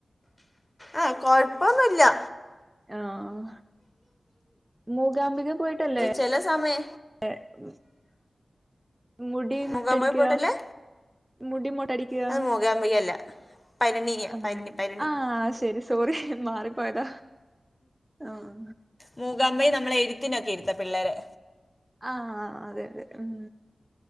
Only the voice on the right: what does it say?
ആഹ മൂകാംബിക പോയിട്ടല്ലേ
<inaudible> മുടി മൊട്ടയടിക്ക
മുടി മൊട്ടയടിക്കുക
ആ
ആ ശരി സോറി മാറിപ്പോയതാ ആഹ്
ആ അതെ അതെ ഉം